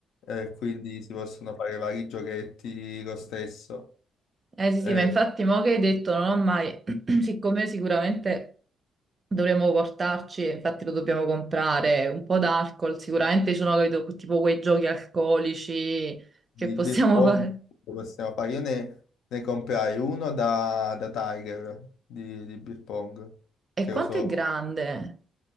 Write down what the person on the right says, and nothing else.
Eh sì,
sì, ma infatti mo che hai detto non ho mai, <clears throat> siccome sicuramente dovremmo portarci, e infatti lo dobbiamo comprare, un po' d'alcol, sicuramente ci sono capito, tipo quei giochi alcolici
che possiamo
fare.
E
quanto
è grande?